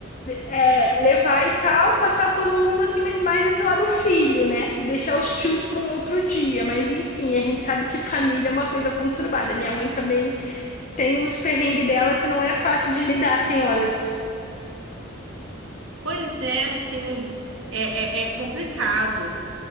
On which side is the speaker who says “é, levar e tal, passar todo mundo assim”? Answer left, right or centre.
Left